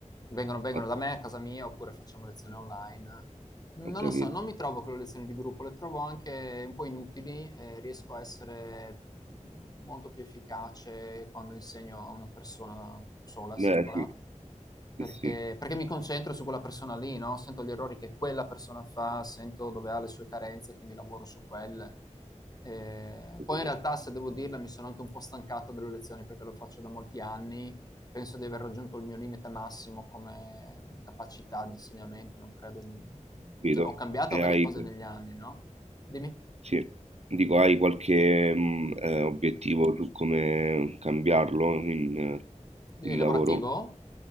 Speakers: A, on the left; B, on the right.
A: Vengono, vengono
B: ho,
A: da me a casa mia oppure facciamo lezioni online non
B: ho capito.
A: lo so, non mi trovo con le lezioni di gruppo, le trovo anche un po' inutili, eh, riesco a essere mh, molto più efficace quando insegno a una persona sola, singola,
B: Beh, sì,
A: perché,
B: sì, sì,
A: perché mi concentro su quella persona lì, no? Sento gli errori che quella persona fa, sento dove ha le sue carenze, quindi lavoro su quelle. Eh,
B: ho
A: poi in realtà, se devo dirla, mi sono anche un po' stancato delle lezioni perché lo faccio da molti anni penso di aver raggiunto il mio limite massimo come capacità di insegnamento, non credo...
B: capito.
A: Cioè, ho cambiato
B: E
A: varie
B: hai,
A: cose negli anni, no? Dimmi.
B: sì. Dico, hai qualche mm, eh, obiettivo su come cambiarlo in, eh,
A: È
B: il
A: lavorativo?
B: lavoro?